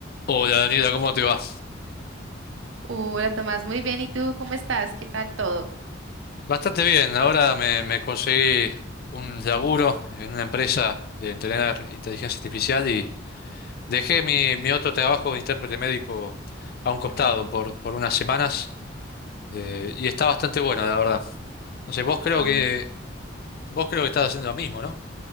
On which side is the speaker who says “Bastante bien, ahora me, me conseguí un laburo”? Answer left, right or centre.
Left